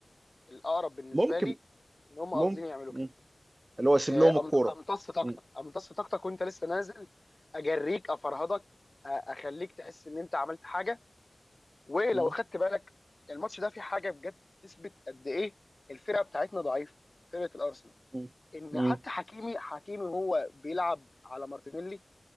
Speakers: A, on the left (about 35°); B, on the right (about 40°).
A: الاقرب بالنسبه
B: ممكن
A: لي ان هم
B: ممكن
A: قاصدين يعملوا
B: مم.
A: كده
B: اللي هو يسيب
A: آه،
B: لهم
A: أم-
B: الكوره
A: امتص طاقتك
B: مم.
A: امتص طاقتك وانت لسه نازل اجريك افرهدك أ- اخليك تحس ان انت عملت حاجه ولو
B: مم.
A: خدت بالك الماتش ده فيه حاجه بجد تثبت قد ايه الفرقه بتاعتنا ضعيفه فرقه الارسنال
B: مم.
A: ان
B: مم.
A: حتى حكيمي حكيمي وهو بيلعب على مارتينيلي